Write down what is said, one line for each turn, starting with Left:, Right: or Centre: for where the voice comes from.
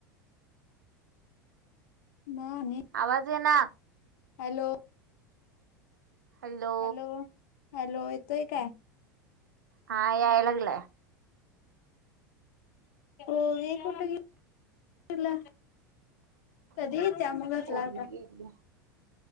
Left: ना आणि
Right: आवाज येना
Left: हॅलो
Right: हॅलो
Left: हॅलो हॅलो येतोय काय?
Right: हा याय लागलाय
Left: ओवी कुठं गेली. तुला... कधी येतीया मग घरला
Right: ओवी
Left: आता
Right: गेली